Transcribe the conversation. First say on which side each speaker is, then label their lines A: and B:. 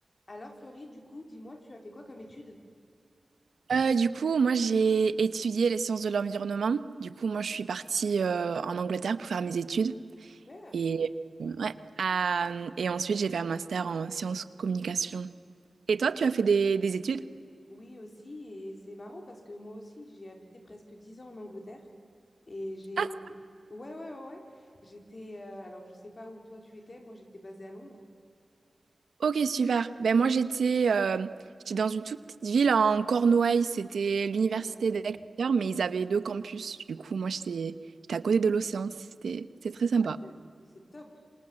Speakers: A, on the left (about 55°); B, on the right (about 75°).
A: Alors, Florie, du coup, dis-moi, tu as fait quoi comme étude?
B: Euh, du coup, moi j'ai étudié les sciences de l'environnement. Du coup, moi je suis partie euh, en Angleterre pour faire mes études.
A: Super.
B: Et, ouais. Euh, et ensuite, j'ai fait un master en sciences communication. Et toi, tu as fait des, des études?
A: Oui, aussi, et c'est marrant parce que moi aussi, j'ai habité presque 10 ans en Angleterre et j'ai...
B: Ah,
A: Ouais, ouais, ouais, ouais. J'étais... euh, Alors, je sais pas où toi tu étais, moi j'étais basée à Londres.
B: ok, super. Ben moi j'étais euh, j'étais dans une toute petite ville en Cornouailles. C'était l'université
A: Ouais,
B: d'Exeter, mais ils avaient deux campus. Du coup, moi j'étais j'étais à côté de l'océan. C'était c'était très sympa.
A: super. c'est top.